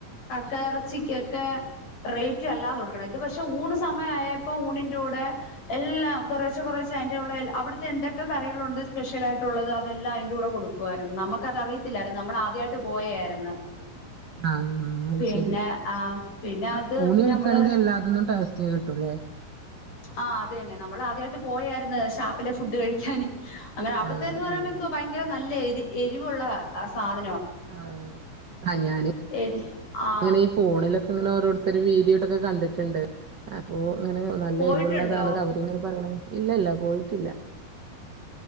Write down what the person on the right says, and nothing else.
ആഹ ആ അത്
ശരി,
ആ
ഊണ്
കഴിക്കയാണെങ്കിൽ
എല്ലാതൊന്നും ടെസ്റ്റ്‌ കിട്ടൂല്ലേ
ആഹ്
ആഹ്
ആ ആ ഞാന്
ഇങ്ങനെ ഫോണിലൊക്കെ ഇങ്ങനെ ഓരോരു ഇ ഒരു വീഡിയോട്ടൊക്കെ കണ്ടിട്ടുണ്ട് അപ്പോ ഇങ്ങനെ നല്ല
എരിവുള്ളതാണത് അവരിങ്ങനെ പറയണ ഇല്ല ഇല്ല പോയിട്ടില്ല